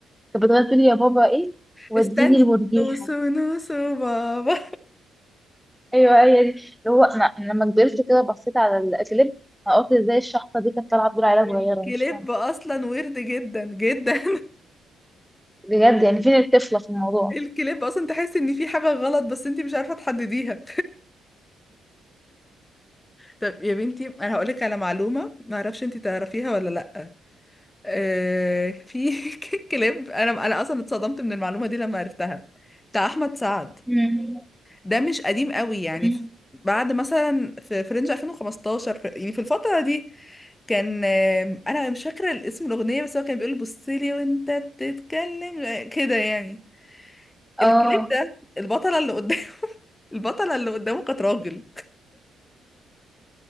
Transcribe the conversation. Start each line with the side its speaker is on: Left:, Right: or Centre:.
Centre: كانت بتغني تقول يا بابا ايه وديني
Left: استني
Centre: المرجيحه
Left: نوسو نوسو بابا
Centre: ايوه هي دي اللي هو انا أنا لما كبرت كده بصيت على الاكليب انا قلت ازاي الشحطه دي كانت طالعه تقول
Left: <laughs>
Centre: عليها صغيره
Left: الكليب
Centre: مش فاهمه
Left: اصلا ويرد جدا جدا <laughs>
Centre: بجد يعني فين الطفله في الموضوع
Left: الكليب اصلا تحس ان في حاجة غلط بس انت مش عارفة تحدديها طب يا بنتي انا هقولك على معلومه ما اعرفش انت تعرفيها ولا لا آه في <laughs> كليب انا انا اصلا اتصدمت من المعلومه دي لما عرفتها بتاع احمد سعد
Centre: مم.
Left: ده مش قديم قوي يعني
Centre: مم.
Left: في- بعد مثلا في في رينج 2015 في- يعني في الفتره دي كان آم، انا مش فاكره الاسم الاغنيه بس هو كان بيقول بصلي وانت بتتكلم آه، كده يعني
Centre: اه
Left: الكليب ده البطله اللي قدامه <laughs> البطله اللي قدامه كانت راجل